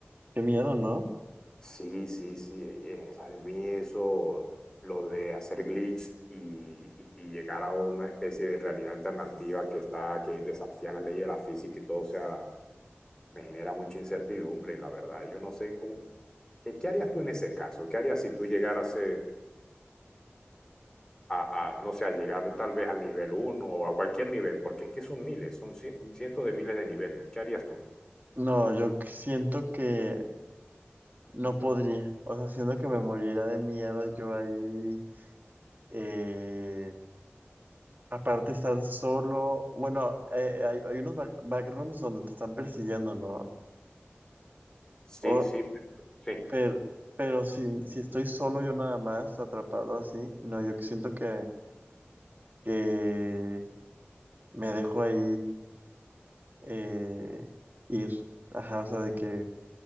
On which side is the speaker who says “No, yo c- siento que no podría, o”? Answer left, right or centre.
Right